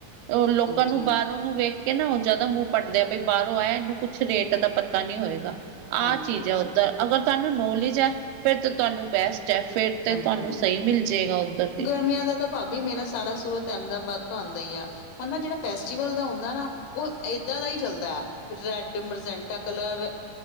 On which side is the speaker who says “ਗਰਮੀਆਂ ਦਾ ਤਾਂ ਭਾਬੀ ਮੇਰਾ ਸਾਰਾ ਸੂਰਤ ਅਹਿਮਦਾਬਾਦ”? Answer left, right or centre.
Left